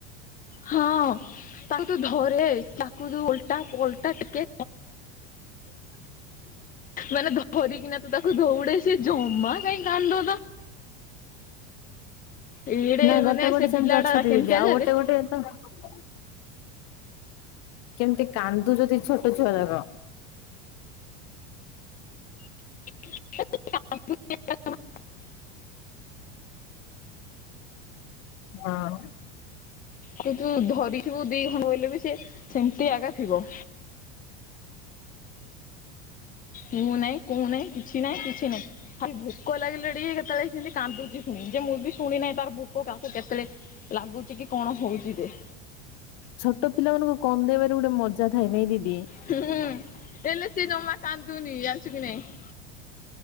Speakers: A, on the left; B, on the left.
A: ହଁ ତାକୁ ତୁ ଧରେ ତାକୁ ତୁ ଓଲଟା ପଲଟା ଟିକେ ମାନେ ଧର <unintelligible> ନା ତୁ ତାକୁ ଦଉଡେ ସେ ଜମା କାଇହିଁ କାନ୍ଦୁ ଏଇଡେ
B: ନାଇଁ ଗୋଟେ
A: ମାନେ
B: ଗୋଟେ
A: ସେ
B: ସେମିତି
A: ବିଲାଡ
B: ଅଛନ୍ତି
A: କେମିତିଆ
B: ଦିଦି
A: ଯେ
B: <unintelligible> କେମତି କାନ୍ଦୁ ଯଦି ଛୋଟ ଛୁଆ ଯାକ।
A: <unintelligible>
B: ହଁ
A: କି ତୁ ଧରିଥିବୁ ଦି ଖଣ୍ଡ ବୋଇଲେ ବି ସେି ସେମିତି ଆଗା ଥିବ। ମୁଁ ନାହିଁ କୋଁ ନାହିଁ କିଛି ନାହିଁ କିଛି ନାହିଁ। ଭାଇ ଭୋକ ଲାଗିଲା ଟିକେ କେତେବେଳେ ସେମିତି କାନ୍ଦୁଛି ଶୁଣି ଯେ ମୁଁ ବି ଶୁଣି ନାହିଁ ତାର ଭୋକ କାହାକୁ କେତେବେଳେ ଲାଗୁଚ କି କଣ ହଉଛି ଯେ।
B: ଛୋଟ ପିଲାମାନାନଙ୍କୁ କନ୍ଦେଇବାରେ ଗୋଟେ ମଜା ଥାଏ ନାଇଁ ଦିଦି।
A: ହୁଁ ଏଲେ ସେ ନମା କାନ୍ତୁନି ଯାଚୁ କି ନାଇଁ?